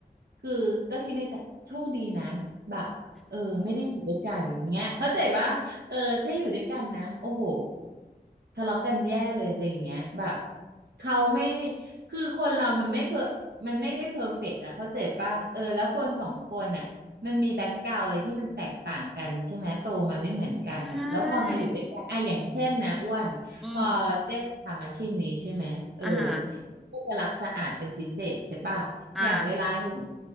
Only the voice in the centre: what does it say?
ใช่อืมอ่าฮะ
อ่า